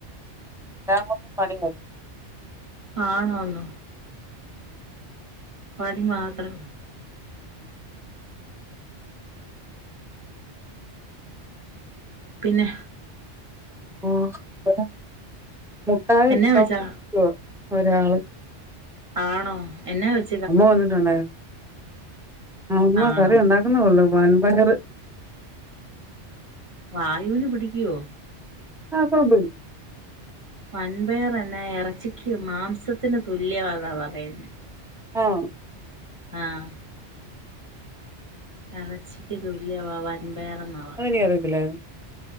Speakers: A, in the centre; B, on the right (about 30°).
A: ഇതാവുമ്പോ പ്പം പണി കഴിയും
B: ആണോന്നോ. പണി മാത്രം. പിന്നെ.
A: <unintelligible>
B: എന്നാ വെച്ചാ ആണോ എന്നാ പ
A: അമ്മ വന്നിട്ടുണ്ടായിരുന്നു. അമ്മ
B: ആണോ
A: കറി ഉണ്ടാക്കുന്നെള്ളു വൻപയറ്.
B: വായുവിന് പിടിക്കുവോ.
A: ആ കുഴപ്പില്ല.
B: വൻപയർ എന്നാ ഇറച്ചിക്ക് മാംസത്തിന് തുല്യമാ എന്ന് പറയുന്നെ.
A: ആഹ്.
B: ആഹ്. ഇറച്ചിക്ക് തുല്യവാ വൻ പയറെന്നാ.
A: അങ്ങനെ പറയത്തില്ലെ.